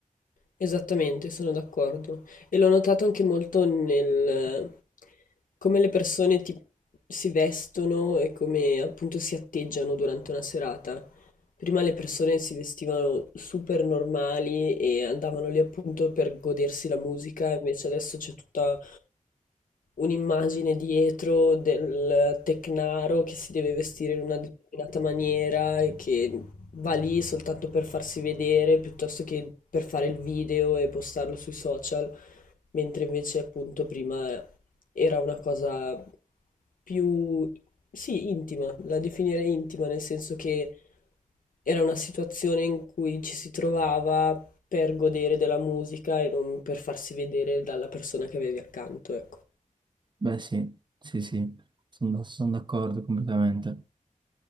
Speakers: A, on the left (about 80°); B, on the right (about 35°).
A: Esattamente, sono d'accordo. E l'ho notato anche molto nel come le persone ti- si vestono e come appunto si atteggiano durante una serata. Prima le persone si vestivano super normali e andavano lì appunto per godersi la musica, invece adesso c'è tutta un'immagine dietro del tecnaro che si deve vestire in una determinata maniera e che va lì soltanto per farsi vedere piuttosto che per fare il video e postarlo sui social, mentre invece appunto prima era una cosa più, sì, intima, la definirei intima nel senso che era una situazione in cui ci si trovava per godere della musica e non per farsi vedere dalla persona che avevi accanto, ecco.
B: Beh, sì, sì, sì, sono, sono d'accordo completamente.